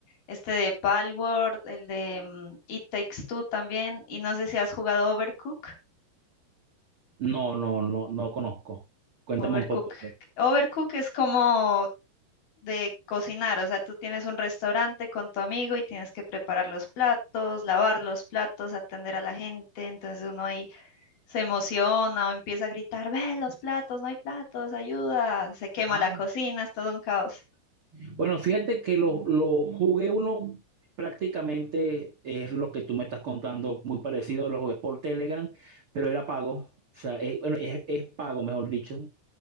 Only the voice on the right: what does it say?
No, no, no, no conozco. Cuéntame
un poco.
Ah,
bueno, fíjate que lo, lo jugué uno prácticamente es lo que tú me estás contando, muy parecido, lo jugué por Telegram, pero era pago, o sea, es, bueno, es, es pago, mejor dicho,